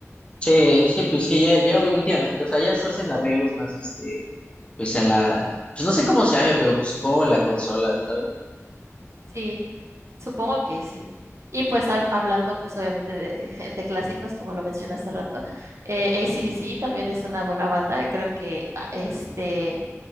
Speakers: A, on the left; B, on the right.
A: sí, sí, pues sí, ya, ya últimamente, o sea, ya se usan arreglos más, este, pues en la, pues no sé cómo se llame, pero pues supongo en la consola, ¿sabes?
B: Sí. Supongo que sí. Y pues hab- hablando pues obviamente de, <laughs> de clásicos, como lo mencioné hace rato, eh, AC/DC también es una buena banda. Creo que ah, este,